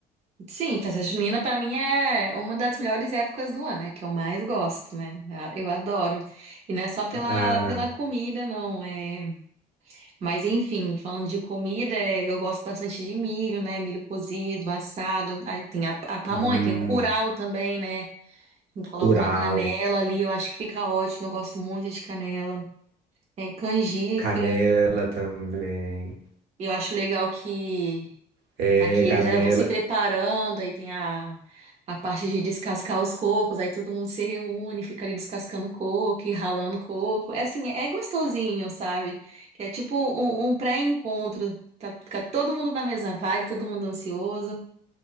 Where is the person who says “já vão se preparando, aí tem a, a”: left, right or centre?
Right